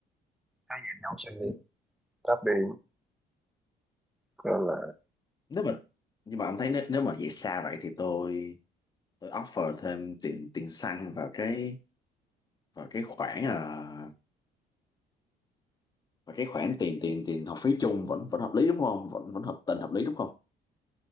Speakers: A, in the centre; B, on the left.
A: Hai nhà nhau xem đi. Cấp. đi gọi là
B: Nếu mà nhưng mà ông thấy nếu, nếu mà vậy xa vậy thì tôi tôi offer thêm tiền tiền xăng vào cái vào cái khoản à vào cái khoản tiền tiền tiền học phí chung vẫn vẫn hợp lý đúng không vẫn vẫn hợp tình hợp lý đúng không